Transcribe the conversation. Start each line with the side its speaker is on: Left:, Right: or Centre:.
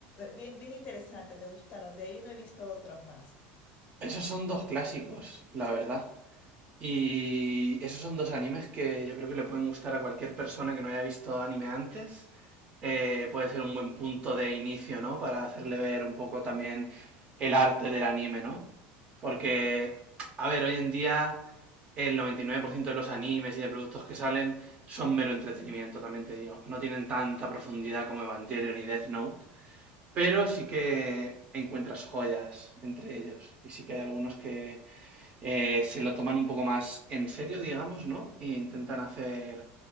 Left: bien, bien interesante, me gustaron. De ahí no he visto otros más.
Right: Esos son dos clásicos, la verdad. Y esos son dos animes que yo creo que le pueden gustar a cualquier persona que no haya visto anime antes. eh, puede ser un buen punto de inicio, ¿no? Para hacerle ver un poco también el arte del anime, ¿no? Porque, a ver, hoy en día el 99% de los animes y de productos que salen son mero entretenimiento, también te digo. No tienen tanta profundidad como Evangelion y Death Note, pero sí que encuentras joyas entre ellos. Y sí que hay algunos que eh, se lo toman un poco más en serio, digamos, ¿no? E intentan hacer